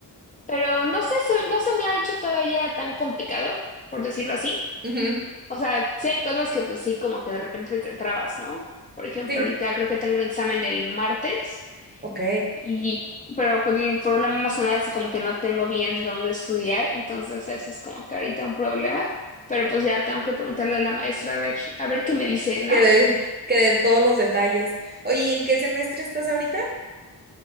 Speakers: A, on the left (about 20°); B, on the right (about 25°).
A: pero no sé, se- no se me ha hecho todavía tan complicado, por decirlo así.
B: Ujú,
A: O sea, sí hay cosas que pues sí, como que de repente te trabas, ¿no? Por ejemplo,
B: Sí,
A: ahorita creo que tengo un examen el martes
B: ok.
A: y, pero con el problema más que nada es como que no tengo bien de dónde estudiar, entonces eso es como que ahorita un problema. Pero pues ya tengo que preguntarle a la maestra a ver, a ver qué me dice, ¿no?
B: Quedé, quedé en todos los detalles. Oye, ¿y en qué semestre estás ahorita?